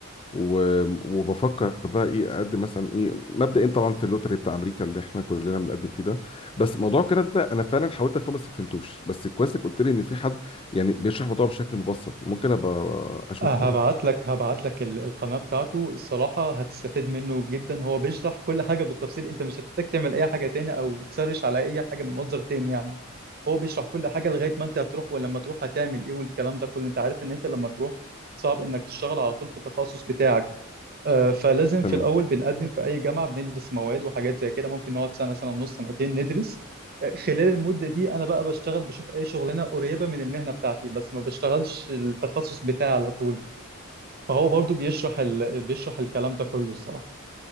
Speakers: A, on the left; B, on the right.
A: و- وبفكر بقى ايه اقدم مثلا ايه مبدئيا طبعا في اللوتري بتاع امريكا اللي احنا كلنا بنقدم فيه ده بس موضوع كده ده انا فعلا حاولت افهمه بس ما فهمتوش بس كويس انك قلت لي ان في حد يعني بيشرح الموضوع بشكل مبسط ممكن ابقى اشوفه
B: آه،
A: يعني
B: هبعت لك هبعت لك ال- القناة بتاعته الصراحة هتستفيد منه جدا هو بيشرح كل حاجة بالتفصيل انت مش هتحتاج تعمل اي حاجة تاني او تسرش على اي حاجة من مصدر تاني يعني هو بيشرح كل حاجة لغاية ما انت هتروح ولما تروح هتعمل ايه والكلام ده كله انت عارف ان انت لما تروح صعب انك تشتغل على طول في التخصص بتاعك آه، فلازم
A: تمام
B: في الاول بنقدم في اي جامعه بندرس مواد وحاجات زي كده ممكن نقعد سنه سنه ونص سنتين ندرس آه، خلال المده دي انا بقى بشتغل بشوف اي شغلانه قريبه من المهنه بتاعتي بس ما بشتغلش التخصص بتاعي على طول فهو برضو بيشرح ال... بيشرح الكلام ده كله الصراحه